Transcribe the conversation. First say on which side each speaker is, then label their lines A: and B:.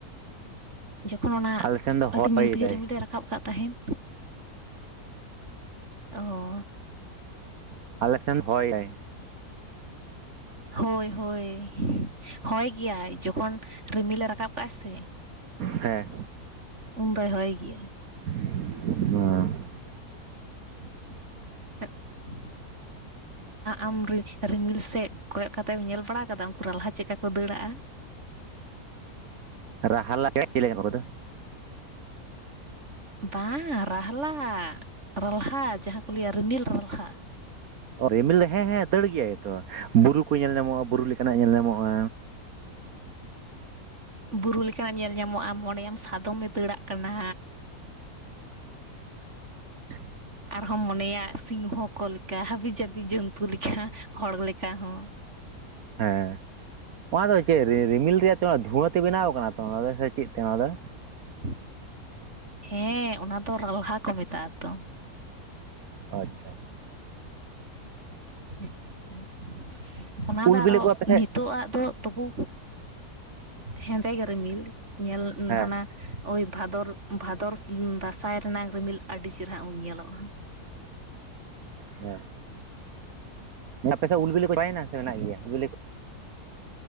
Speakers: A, on the right; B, on the right.
A: ᱡᱚᱠᱷᱚᱱ ᱚᱱᱟ
B: ᱟᱞᱮ ᱥᱮᱱ ᱫᱚ
A: ᱟᱹᱰᱤ
B: ᱦᱚᱭ
A: ᱧᱩᱛ ᱜᱮ
B: ᱫᱟᱭ
A: ᱨᱤᱢᱤᱞ ᱮ ᱨᱟᱠᱟᱵ ᱠᱟᱜ ᱛᱟᱦᱮᱸᱱ ᱚᱦᱚ
B: ᱟᱞᱥᱮᱱ ᱦᱚᱭ ᱫᱟᱭ <inaudible>
A: ᱦᱳᱭ ᱦᱳᱭ ᱦᱳᱭ ᱜᱮᱭᱟᱭ ᱡᱚᱠᱷᱚᱱ ᱨᱤᱢᱤᱞᱮ ᱨᱟᱠᱟᱵ ᱠᱟᱜᱼᱟ ᱥᱮ
B: ᱦᱮᱸ
A: ᱩᱢ ᱫᱚᱭ ᱦᱚᱭ ᱜᱮᱭᱟ
B: <unintelligible>
A: <unintelligible> ᱟᱢ ᱨᱤᱢᱤᱞ ᱥᱮᱫ ᱠᱚᱭᱚᱜ ᱠᱟᱛᱮᱢ ᱧᱮᱞ ᱵᱟᱲᱟ ᱠᱟᱫᱟ ᱩᱱᱠᱩ ᱨᱟᱞᱦᱟ ᱪᱮᱫᱠᱟ ᱠᱚ ᱫᱟᱹᱲᱟᱜᱼᱟ᱾
B: ᱨᱟᱦᱟᱞᱟ <unintelligible> ᱪᱮᱞᱮ ᱠᱟᱱᱟ ᱠᱚ ᱱᱩᱠᱩ ᱫᱚ
A: <unintelligible> ᱵᱟᱝ ᱨᱟᱦᱞᱟ ᱨᱟᱞᱦᱟ ᱡᱟᱦᱟᱸ ᱠᱚ ᱞᱟᱹᱭᱟ ᱨᱤᱢᱤᱞ ᱨᱟᱞᱦᱟ
B: ᱳ ᱨᱤᱢᱤᱞ ᱦᱮᱸ ᱦᱮᱸ ᱫᱟᱹᱲ ᱜᱮᱭᱟᱭ ᱛᱚ ᱵᱩᱨᱩ ᱠᱚ ᱧᱮᱞ ᱧᱟᱢᱚᱜᱼᱟ ᱵᱩᱨᱩ ᱞᱮᱠᱟᱱᱟᱜ ᱧᱮᱞ ᱧᱟᱢᱚᱜᱼᱟ
A: ᱵᱩᱨᱩ ᱞᱮᱠᱟᱱᱟᱜ ᱧᱮᱞ ᱧᱟᱢᱚᱜᱼᱟ ᱢᱚᱱᱮᱭᱟᱢ ᱥᱟᱫᱚᱢᱮ ᱫᱟᱹᱲᱟᱜ ᱠᱟᱱᱟ
B: <inaudible>
A: ᱟᱨᱦᱚᱸᱢ ᱢᱚᱱᱮᱭᱟ ᱥᱤᱝᱦᱚ ᱠᱚ ᱞᱮᱠᱟ ᱦᱟᱹᱵᱤ ᱡᱟᱹᱵᱤ ᱡᱚᱱᱛᱩ ᱞᱮᱠᱟ ᱦᱚᱲ ᱞᱮᱠᱟ ᱦᱚᱸ
B: ᱦᱮᱸ ᱱᱚᱣᱟ ᱫᱚ ᱪᱮᱫ ᱨᱤᱢᱤᱞ ᱨᱮᱭᱟᱜ ᱛᱮ ᱫᱷᱩᱣᱟᱹ ᱛᱮ ᱵᱮᱱᱟᱣ ᱠᱟᱱᱟ ᱛᱚ ᱚᱱᱟ ᱪᱮᱫ ᱛᱮ ᱱᱚᱣᱟ ᱫᱚ
A: <inaudible> ᱦᱮᱸ ᱚᱱᱟ ᱫᱚ ᱨᱟᱞᱦᱟ ᱠᱚ ᱢᱮᱛᱟᱜᱼᱟ ᱛᱚ᱾
B: ᱟᱪᱪᱷᱟ
A: <unintelligible> ᱚᱱᱟᱫᱚ
B: ᱩᱞ
A: ᱟᱨᱚ
B: ᱵᱤᱞᱤ ᱠᱚ ᱟᱯᱮ ᱥᱮᱫ
A: ᱱᱤᱛᱚᱜ-ᱟᱜ ᱫᱚ ᱛᱚᱵᱩ ᱦᱮᱸᱫ ᱜᱮ ᱨᱤᱢᱤᱞ, ᱧᱮᱞ
B: ᱦᱮᱸ
A: ᱦᱟᱱᱟ ᱳᱭ ᱵᱷᱟᱫᱚᱨ ᱵᱷᱟᱫᱚᱨ ᱫᱟᱸᱥᱟᱭ ᱨᱮᱱᱟᱜ ᱨᱤᱢᱤᱞ ᱟᱹᱰᱤ ᱪᱮᱨᱦᱨᱟ ᱧᱮᱞᱚᱜᱼᱟ᱾
B: ᱦᱮᱸ ᱟᱯᱮ ᱥᱮᱫ ᱩᱞ ᱵᱤᱞᱤ ᱠᱚ ᱪᱟᱵᱟᱭᱮᱱᱟ, ᱥᱮ ᱢᱮᱱᱟᱜ ᱜᱮᱭᱟ ᱩᱞ ᱵᱤᱞᱤ ᱠᱚ?